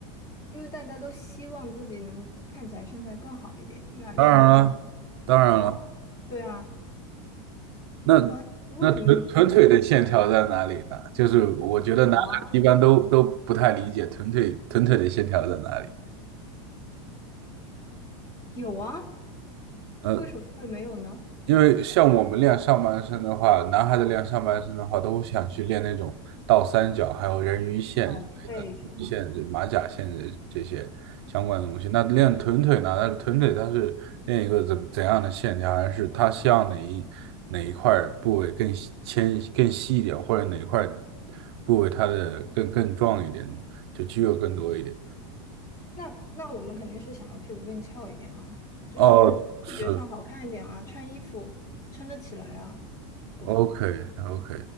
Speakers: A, on the left; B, on the right.
A: 因为大家都希望自己能看起来身材更好一点，那练一下下
B: 当然了，当然了，
A: 啊，对啊，
B: 那那臀臀腿的线条在哪里呢？
A: 那为什么女生都
B: 就是我觉得男孩一般都都不太理解臀腿臀腿的线条在哪里。
A: 有啊有啊，
B: 呃
A: 为什么会没有呢？
B: 因为像我们练上半身的话，男孩子练上半身的话，都会想去练那种倒三角，还有人鱼线之类的，
A: 哦，为什么？
B: 鱼线、这马甲线的这些相关的东西。那练臀腿呢？那臀腿它是练一个怎怎样的线条，还是它希望哪一哪一块部位更细纤更细一点，或者哪一块部位它的更更壮一点，就肌肉更多一点？
A: 那那我们肯定是想要屁股更翘一点啊，就是视觉上好看一点啊，
B: 哦，是
A: 穿衣服撑得起来啊，对吧？
B: OK OK，